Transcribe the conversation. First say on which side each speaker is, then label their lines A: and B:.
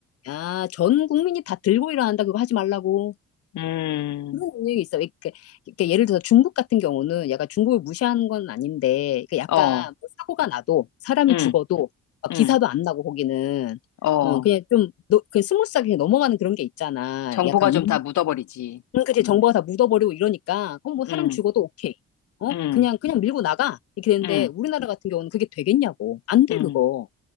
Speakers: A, on the left (about 50°); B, on the left (about 70°).
A: 야, 전 국민이 다 들고 일어난다 그거 하지 말라고.
B: 음,
A: 그런 영역이 있어. 이렇게, 이렇게 예를 들어서 중국 같은 경우는 약간 중국을 무시하는 건 아닌데, 그 약간
B: 어,
A: 뭐 사고가 나도, 사람이
B: 음,
A: 죽어도, 막
B: 음,
A: 기사도 안 나고, 거기는.
B: 어.
A: 어, 그냥 좀, 너, 그 스무스하게 그냥 넘어가는 그런 게 있잖아.
B: 정보가
A: 약간
B: 좀
A: 입맛.
B: 다 묻어버리지.
A: 응, 그치. 정보가 다 묻어버리고 이러니까, 어, 뭐 사람
B: 음,
A: 죽어도 오케이. 어?
B: 음,
A: 그냥, 그냥 밀고 나가. 이렇게 되는데,
B: 음,
A: 우리나라 같은 경우는 그게 되겠냐고. 안 돼,
B: 음,
A: 그거.